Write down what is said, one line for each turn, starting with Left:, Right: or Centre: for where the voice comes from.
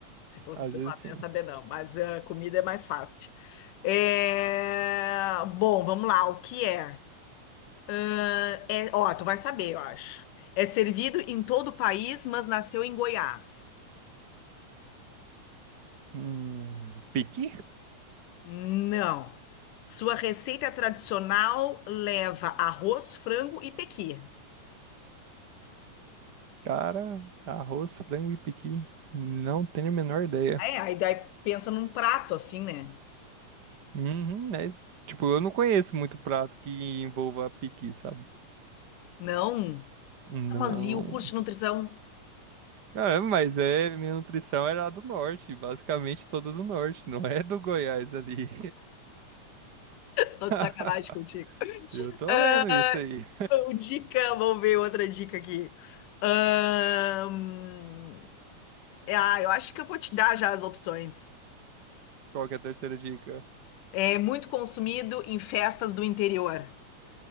Left: Se fosse
Right: Às
Left: do
Right: vezes
Left: lado,
Right: sim.
Left: não ia saber, não. Mas ah, comida é mais fácil. É, Bom, vamos lá. O que é? Ah, é... Ó, tu vai saber, eu acho. É servido em todo o país, mas nasceu em Goiás.
Right: Hum, piqui?
Left: Não. Sua receita tradicional leva arroz, frango e pequi.
Right: Cara, arroz, frango e piqui. Não tenho a menor ideia.
Left: É, aí daí pensa num prato assim, né?
Right: Uhum, é isso. Tipo, eu não conheço muito prato que envolva piqui, sabe?
Left: Não.
Right: Não.
Left: Mas e o curso de nutrição?
Right: Cara, mas é, minha nutrição é lá do norte, basicamente toda do norte, não é do Goiás ali.
Left: Tô
Right: <laughs>
Left: de sacanagem contigo. <laughs>
Right: Eu tô
Left: Ah,
Right: vendo isso aí.
Left: Ô, Dica, vamos ver outra dica aqui. Ahn, é, Ah, eu acho que eu vou te dar já as opções.
Right: Qual que é a terceira dica?
Left: É muito consumido em festas do interior.